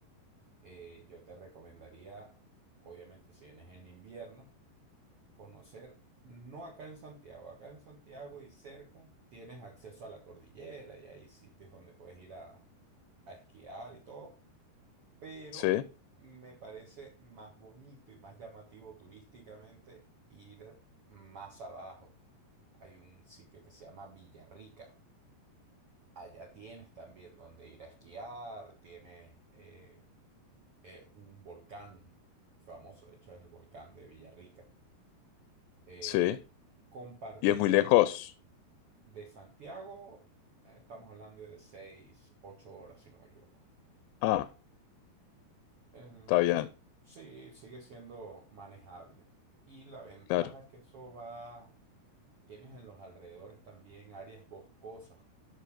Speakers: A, on the right; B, on the left.
A: eh, yo te recomendaría, obviamente, si vienes en invierno, conocer, no acá en Santiago, acá en Santiago y cerca tienes acceso a la cordillera y hay sitios donde puedes ir a, a esquiar y todo, pero
B: sí,
A: me parece más bonito y más llamativo turísticamente ir más abajo. Hay un sitio que se llama Villarrica. Allá tienes también donde ir a esquiar, tienes eh, eh, un volcán famoso, de hecho es el volcán de Villarrica, eh,
B: sí.
A: compartido
B: ¿Y es muy lejos?
A: de Santiago, eh, estamos hablando de 6 8 horas, si no me equivoco.
B: Ah.
A: El-
B: Está bien,
A: sí, sigue siendo manejable. Y la ventaja
B: claro.
A: es que eso va, tienes en los alrededores también áreas boscosas.